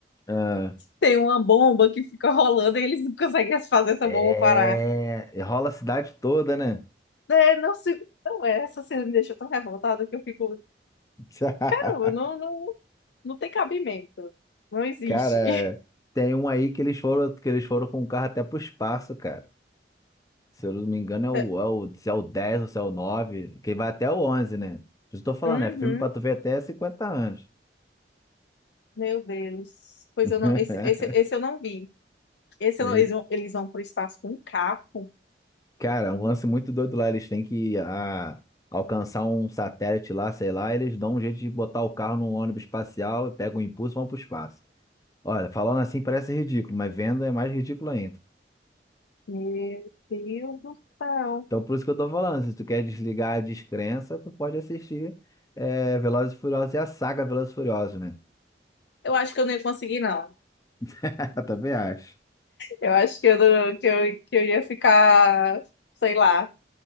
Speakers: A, on the left; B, on the left.
A: ah.
B: Tem uma bomba que fica rolando e eles não conseguem fazer essa
A: É,
B: bomba parar.
A: rola a cidade toda, né?
B: É, não sei. Não, é, essa cena me deixou tão revoltada que eu fico.
A: <laughs>
B: Caramba, não, não, não tem cabimento. Não existe.
A: Cara, tem um aí que eles foram, que eles foram com o carro até pro espaço, cara. Se eu não me engano, é o,
B: <laughs>
A: é o, se é o 10 ou se é o 9, que vai até o 11, né? Por eu tô falando,
B: Uhum,
A: é filme pra tu ver até cinquenta anos.
B: meu Deus. Pois
A: <laughs>
B: eu não. Esse, esse, esse eu não vi. Esse
A: É,
B: eu não- eles vão, eles vão pro espaço com um carro.
A: cara, é um lance muito doido lá. Eles têm que ah, alcançar um satélite lá, sei lá, eles dão um jeito de botar o carro num ônibus espacial e pegam o impulso e vão pro espaço. Olha, falando assim parece ridículo, mas vendo é mais ridículo ainda.
B: Meu Deus do céu.
A: Então por isso que eu tô falando, se tu quer desligar a descrença, tu pode assistir é, Velozes e Furiosos e a saga Velozes e Furiosos, né?
B: Eu acho que eu não ia conseguir, não.
A: <laughs> Eu também acho.
B: Eu acho que eu, não- que eu, que eu ia ficar, sei lá.